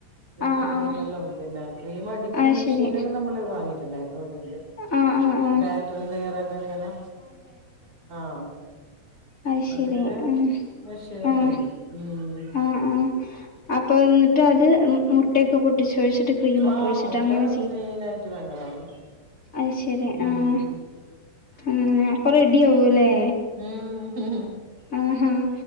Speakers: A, on the right (about 20°); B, on the left (about 20°).
A: വിപിങ്ങ്
B: ആഹ്
A: ക്രീം
B: ആഹ്
A: എല്ലാം പിന്നെ ക്രീമ ടിക്കുന്ന
B: അത്
A: മെഷീനെല്ലാം
B: ശരി
A: നമ്മള് വാങ്ങിട്ടുണ്ടായിരുന്നു ഇവിടെണ്ട്
B: ആഹ് ആഹ് ആഹ്
A: ബാട്രിൻ തയ്യാറാക്കാൻ ഇങ്ങനെ ആഹ്
B: അത് ശരി
A: അതിന്റെ
B: ആഹ്
A: മെഷിയനൊക്കെണ്ട്.
B: ആഹ്
A: ഉം
B: ആഹ് ആഹ് അപ്പൊ ഇന്ന്ട്ടത് മു മുട്ടേക്കെ പൊട്ടിച്ചൊഴിച്ചിട്ട് ക്രീമൊക്കെ
A: ആഹ്
B: ഒഴിച്ചിട്ട്
A: മുട്ട
B: അങ്ങനെ
A: മെയിനായിട്ട് വേണ്ടതാണ്
B: അയ് ശരി
A: ഉം
B: ആഹ് അങ്ങനെ അപ്പ റെഡിയാവൂല്ലേ
A: ഉഉം ഹ് ഹ് ഹും
B: ആഹ് ആഹ്